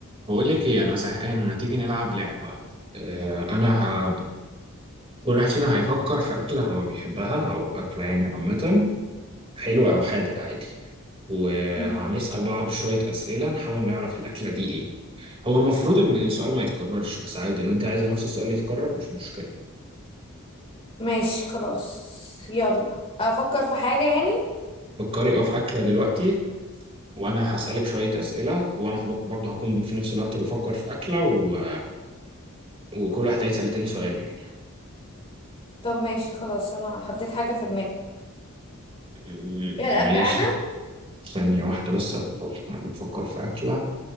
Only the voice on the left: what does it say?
مم.
ماشي خلاص يلا افكر في حاجة يعني
طب ماشي خلاص انا حطيت حاجة في دماغي
يلا ابدأ
انا